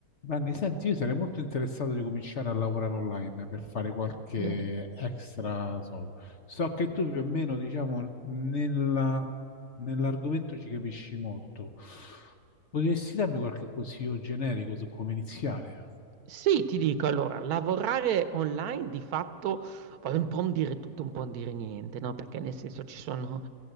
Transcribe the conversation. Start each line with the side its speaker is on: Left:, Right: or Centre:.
Left: Vanni, senti, io sarei molto interessato di cominciare a lavorare online per fare qualche
Right: Bene.
Left: extra soldo. So che tu più o meno, diciamo, nella- nell'argomento ci capisci molto. Potresti darmi qualche consiglio generico su come iniziare?
Right: Sì, ti dico, allora, lavorare online di fatto, poi un po' un dire tutto, un po' un dire niente, no? Perché nel senso ci sono